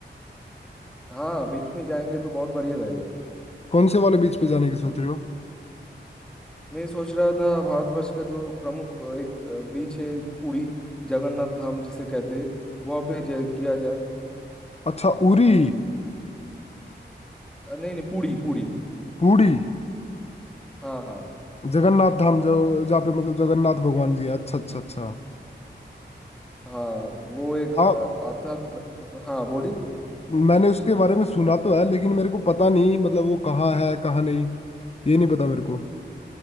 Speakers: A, in the centre; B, on the left.
A: हाँ बीच में जाएंगे तो बहुत बढ़िया रहेगा
B: कौन से वाले बीच पे जाने की सोच रहे हो
A: मैं सोच रहा था भारतवर्ष का जो प्रमुख अ, एक बीच है पुरी जगन्नाथ धाम जिसे कहते हैं वहाँ पे जा- गया जाए
B: अच्छा उरी
A: अ, नहीं नहीं पुरी पुरी
B: पुरी
A: हाँ हाँ
B: जगन्नाथ धाम जो जहाँ पे मतलब जगन्नाथ भगवान जी है अच्छा अच्छा अच्छा
A: हाँ वो एक
B: हाँ
A: अ, आध्यात्म आध्यात्म- हाँ बोलिए
B: मैंने उसके बारे में सुना तो है लेकिन मेरे को पता नहीं मतलब वो कहाँ है कहाँ नहीं ये नहीं पता मेरे को